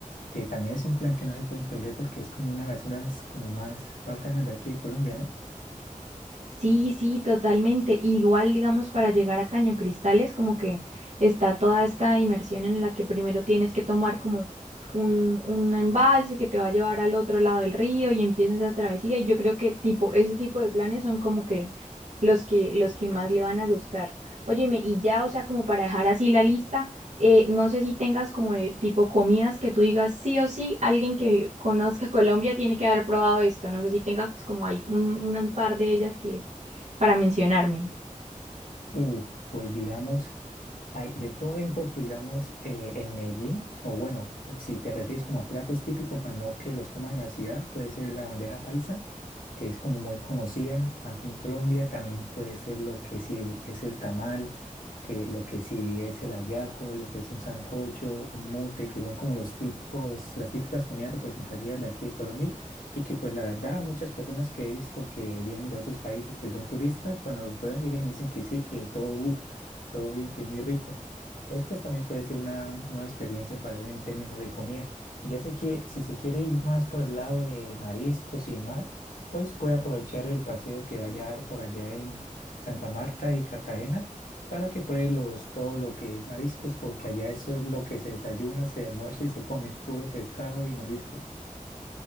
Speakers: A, on the left; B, on the right.
A: que también es un plan que no se pueden perder porque es como una de las zonas como más bacanas de aquí de Colombia, ¿no?
B: Sí, sí, totalmente. Igual, digamos, para llegar a Caño Cristales, como que está toda esta inmersión en la que primero tienes que tomar como un, un embalse que te va a llevar al otro lado del río y empiezas la travesía. Y yo creo que tipo, ese tipo de planes son como que los que, los que más le van a gustar. Óyeme, y ya, o sea, como para dejar así la lista. Eh, no sé si tengas como de tipo comidas que tú digas sí o sí, alguien que conozca <laughs> Colombia tiene que haber probado esto. No sé si tengas como hay un, un par de ellas que para mencionarme.
A: Uf, pues digamos Hay de todo un poco, digamos, eh, en Medellín, o bueno, si te refieres como a platos típicos, para no que los coman en la ciudad, puede ser la bandeja paisa, que es como muy conocida aquí en Colombia, también puede ser lo que sí es el tamal, que lo que sí es el hallaco, lo que es un sancocho, un mute, que son como los típicos, las típicas comidas representativas de aquí de Colombia, y que pues la verdad muchas personas que he visto que vienen de otros países, que son turistas, cuando los prueban llegan y me dicen que sí, que todo good todo bien, que es muy rico. Entonces, pues también puede ser una nueva experiencia para él en términos de comida. Y Ya sé que si se quiere ir más por el lado de mariscos y demás, pues puede aprovechar el paseo que vaya a dar por allá en Santa Marta y Cartagena para que pruebe los, todo lo que es mariscos, porque allá eso es lo que se desayuna, se almuerza y se come, puro pescado y mariscos.